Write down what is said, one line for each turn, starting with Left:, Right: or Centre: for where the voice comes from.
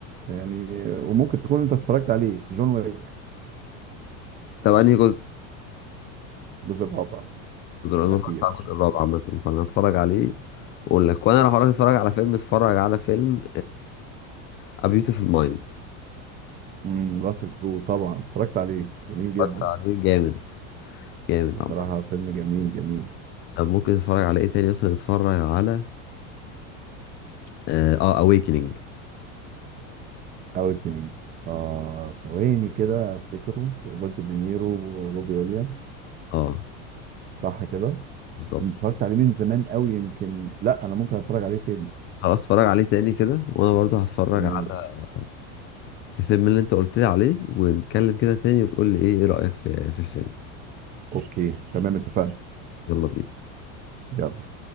Right: يعني وممكن تكون أنت اتفرجت عليه جون ويك
Left: طب انهي جزء
Right: الجزء الرابع
Left: انا
Right: الأخير
Left: ما اتفرجتش على الجزء الرابع عامة فانا هتفرج عليه واقول لك وانا لو هروح اتفرج على فيلم اتفرج على فيلم A Beautiful Mind
Right: امم راسل كرو طبعا اتفرجت عليه جميل جدا
Left: اتفرجت عليه جامد جامد
Right: بصراحة
Left: عامة
Right: فيلم جميل جميل
Left: طب ممكن تتفرج على ايه تاني مثلا اتفرج على اه آه، Awakening
Right: أوي آه ثواني كده أفتكره روبرت دينيرو وروبي ويليامز
Left: اه
Right: صح كده
Left: بالظبط
Right: بس اتفرجت عليه من زمان قوي يمكن لا انا ممكن اتفرج عليه تاني
Left: خلاص اتفرج عليه تاني كده وانا برضو هتفرج
Right: تمام
Left: على الفيلم اللي انت قلت لي عليه ونتكلم كده تاني وتقول لي ايه ايه رأيك في في الفيلم
Right: اوكي تمام اتفقنا
Left: يلا بينا
Right: يلا